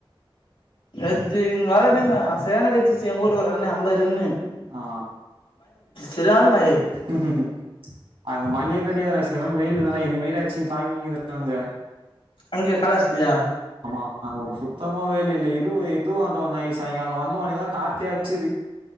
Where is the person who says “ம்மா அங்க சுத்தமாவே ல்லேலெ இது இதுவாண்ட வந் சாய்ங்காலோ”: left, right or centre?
Right